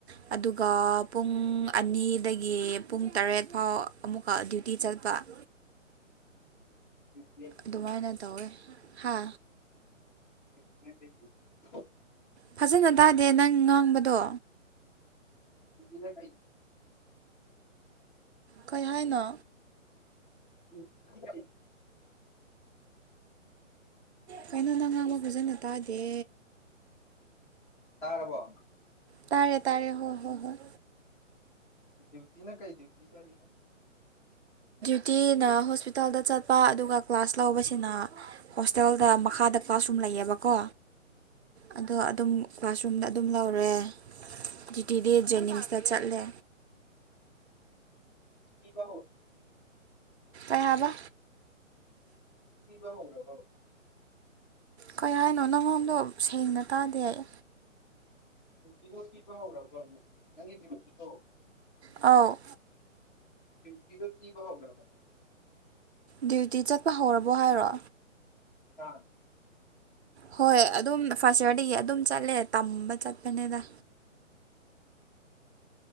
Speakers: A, on the right (about 55°); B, on the left (about 35°).
A: ꯑꯗꯨꯒ ꯄꯨꯡ ꯑꯅꯤꯗꯒꯤ ꯄꯨꯡ ꯇꯔꯦꯠ ꯐꯥꯎ ꯑꯃꯨꯛꯀ ꯗ꯭ꯌꯨꯇꯤ ꯆꯠꯄ
B: ꯗ꯭ꯌꯨꯇꯤꯅ
A: ꯑꯗꯨꯃꯥꯏꯅ ꯇꯧꯋꯦ ꯍꯥ
B: <inaudible>
A: ꯐꯖꯅ ꯇꯥꯗꯦ ꯅꯪ ꯉꯥꯡꯕꯗꯣ
B: ꯅ ꯀ
A: ꯀꯩ ꯍꯥꯏꯅꯣ
B: ꯎꯝꯩꯅꯣ
A: ꯀꯩꯅꯣ ꯅꯪ ꯉꯥꯡꯕ ꯐꯖꯅ ꯇꯥꯗꯦ
B: ꯇꯔꯕ
A: ꯇꯥꯔꯦ ꯇꯥꯔꯦ ꯍꯣꯏ ꯍꯣꯏ ꯍꯣꯏ
B: ꯗ꯭ꯌꯨꯇꯤ ꯅ ꯀꯥꯏ ꯗꯌꯨꯇꯤ ꯆꯔꯤ
A: ꯅꯨꯡꯇꯤꯅ ꯍꯣꯁꯄꯤꯇꯥꯜꯗ ꯆꯠꯄ ꯑꯗꯨꯒ ꯀ꯭ꯂꯥꯁ ꯂꯧꯕꯁꯤꯅ ꯍꯣꯁꯇꯦꯜꯗ ꯃꯈꯥꯗ ꯀ꯭ꯂꯥꯁꯔꯨꯝ ꯂꯩꯌꯦꯕꯀꯣ ꯑꯗꯣ ꯑꯗꯨꯝ ꯀ꯭ꯂꯥꯁꯔꯨꯝꯗ ꯑꯗꯨꯝ ꯂꯧꯔꯦ ꯇꯤ ꯗꯦ ꯖꯦꯅꯤꯝꯁꯇ ꯆꯠꯂꯦ
B: ꯕ
A: ꯑꯍꯕ
B: ꯄꯕ ꯍꯧꯔꯕ
A: ꯀꯩ ꯍꯥꯏꯅꯣ ꯅꯪꯉꯣꯟꯝꯗꯣ ꯁꯦꯡꯅ ꯇꯥꯗꯦ ꯑꯩ
B: ꯤꯗꯣ ꯄꯤ ꯀ꯭ꯔꯕ ꯅꯪꯒꯤꯤꯗꯣ
A: ꯑ
B: ꯇꯗ ꯀ ꯋꯥꯍ꯭ꯔꯕꯦ
A: ꯗ꯭ꯌꯨꯇꯤ ꯆꯠꯄ ꯍꯧꯔꯕꯣ ꯍꯥꯏꯔꯣ
B: ꯑꯥ
A: ꯍꯣꯏ ꯑꯗꯨꯝ ꯐꯥꯔꯁ ꯏꯌꯥꯔꯗꯒꯤ ꯑꯗꯨꯝ ꯆꯠꯂꯦ ꯇꯝꯕ ꯆꯠꯄꯅꯤꯗ